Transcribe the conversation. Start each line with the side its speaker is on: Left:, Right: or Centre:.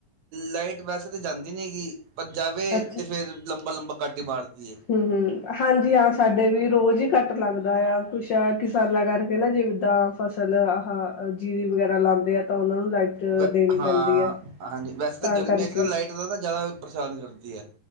Right: ਲਾਈਟ ਵੈਸੇ ਤਾਂ ਜਾਂਦੀ ਨਹੀਂ ਹੈਗੀ। ਪਰ ਜਾਵੇ
Left: ਅੱਛਾ
Right: ਤੇ ਫੇਰ ਲੰਬਾ-ਲੰਬਾ ਕੱਟ ਈ ਮਾਰਦੀ ਏ।
Left: ਹੂੰ-ਹੂੰ ਹਾਂਜੀ ਹਾਂ ਸਾਡੇ ਵੀ ਰੋਜ਼ ਹੀ ਕੱਟ ਲੱਗਦਾ ਆ ਕੁਛ ਆ ਕਿਸਾਨਾਂ ਕਰਕੇ ਨਾ ਜੀ ਤਾਂ ਫਸਲ ਆਹ ਜੀਰੀ ਵਗੈਰਾ ਲਾਂਦੇ। ਤਾਂ ਉਹਨਾਂ ਨੂੰ ਲਾਈਟ
Right: ਵ
Left: ਦੇਣੀ
Right: ਹਾਂ
Left: ਪੈਂਦੀ ਹੈ,
Right: ਹਾਂਜੀ ਵੈਸੇ
Left: ਤਾਂ
Right: ਗਰਮੀਆਂ
Left: ਕਰਕੇ।
Right: 'ਚ ਨਾ ਲਾਈਟ ਜ਼ਿਆਦਾ ਪਰੇਸ਼ਾਨ ਕਰਦੀ ਹੈ।